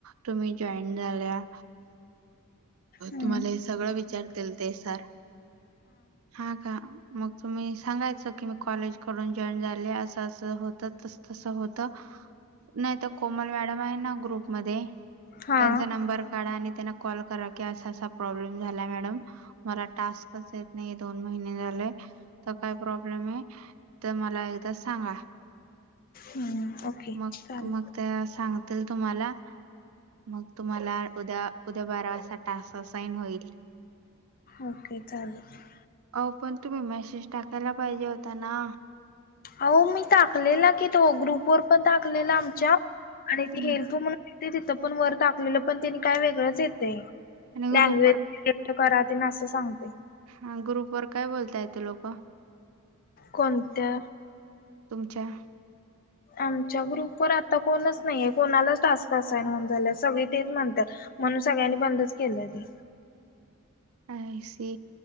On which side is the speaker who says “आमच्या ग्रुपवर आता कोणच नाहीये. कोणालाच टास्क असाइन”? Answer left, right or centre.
Left